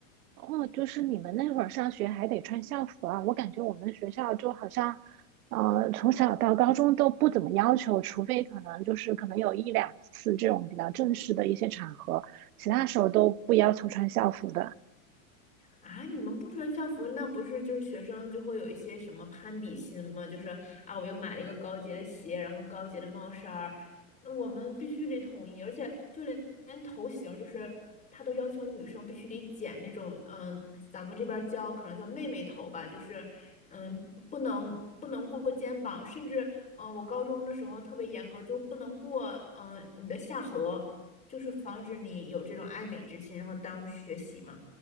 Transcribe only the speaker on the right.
哦，就是你们那会儿上学还得穿校服啊？我感觉我们学校就好像，呃，从小到高中都不怎么要求，除非可能就是可能有一两次这种比较正式的一些场合，其他时候都不要求穿校服的。